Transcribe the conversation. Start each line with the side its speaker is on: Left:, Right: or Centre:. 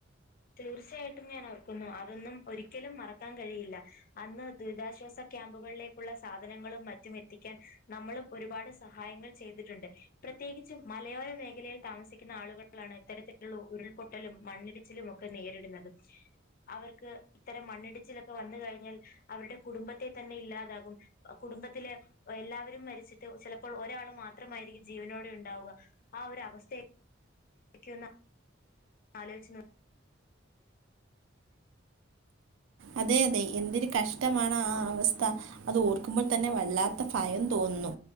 Left: തീർച്ചയായിട്ടും ഞാൻ ഓർക്കുന്നു അതൊന്നും ഒരിക്കലും മറക്കാൻ കഴിയില്ല അന്ന് ദുരിതാശ്വാസ ക്യാമ്പുകളിലേക്കുള്ള സാധനങ്ങളും മറ്റും എത്തിക്കാൻ നമ്മളും ഒരുപാട് സഹായങ്ങൾ ചെയ്തിട്ടുണ്ട് പ്രത്യേകിച്ചും മലയോര മേഖലയിൽ താമസിക്കുന്ന ആളുകളാണ് ഇത്തരത്തിലുള്ള ഉരുൾപൊട്ടലും മണ്ണിടിച്ചിലും മോ ഒക്കെ നേരിടുന്നത് അവർക്ക് ഇത്തരം മണ്ണിടിച്ചിലൊക്കെ വന്ന കഴിഞ്ഞാൽ അവരുടെ കുടുംബത്തെ തന്നെ ഇല്ലാതാകും കുടുംബത്തിലെ എല്ലാവരും മരിച്ചിട്ട് ചിലപ്പോൾ ഒരാൾ മാത്രമായിരിക്കും ജീവനോടെ ഉണ്ടാവുക ആ ഒരു അവസ്ഥയെ ക്കുന്ന ആലോചിച്ച് നോ
Right: അതെ അതെ എന്തൊരു കഷ്ടമാണ് ആ അവസ്ഥ അത് ഓർക്കുമ്പോൾ തന്നെ വല്ലാത്ത ഭയം തോന്നുന്നു